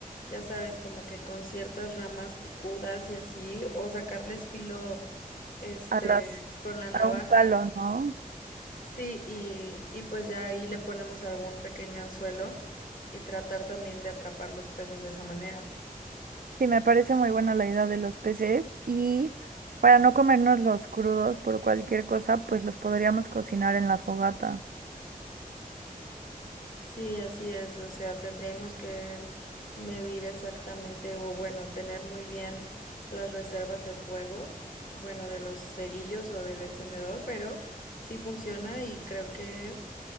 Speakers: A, on the left; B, on the right.
A: ya sabes, como que con ciertas ramas picudas y así, o sacarles filo, este,
B: A las,
A: con la navaja.
B: a un palo, ¿no?
A: Sí, y, y pues ya ahí le ponemos algún pequeño anzuelo y tratar también de atrapar los peces de esa manera.
B: Sí, me parece muy buena la idea de los peces y para no comernos los crudos por cualquier cosa, pues los podríamos cocinar en la fogata,
A: Sí, así es. O sea, tendríamos que medir exactamente, o bueno, tener muy bien las reservas de fuego, bueno, de los cerillos o del encendedor, pero sí funciona y creo que